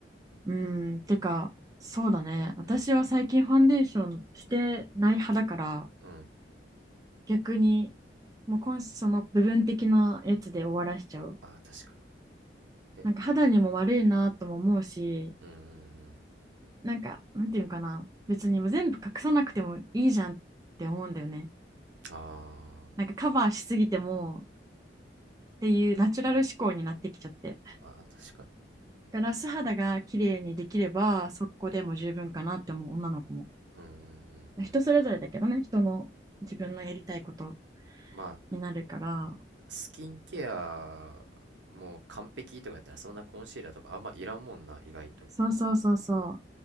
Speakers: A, on the right; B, on the right.
A: うんてかそうだね私は最近ファンデーションしてない派だから
B: うん。うん。
A: 逆にもう今その部分的なやつで終わらしちゃう。
B: あー、確かに。
A: なんか肌にも悪いなとも思うし
B: え、うーん。
A: なんかなんていうのかな別に全部隠さなくてもいいじゃんって思うんだよね。
B: あ
A: なんかカバーしすぎてもっていうナチュラル思考になってきちゃって
B: ー、あー、確かに。
A: だから素肌が綺麗にできればそこでも十分かなって思う女の子も
B: うん、うん、うんうん。
A: 人それぞれだけどね人の自分のやりたいこと
B: まあ、
A: になるから
B: スキンケアもう完璧とかやったらそんなコンシーラーとかあんまいらんもんな、意外と。
A: そうそうそうそう
B: うん、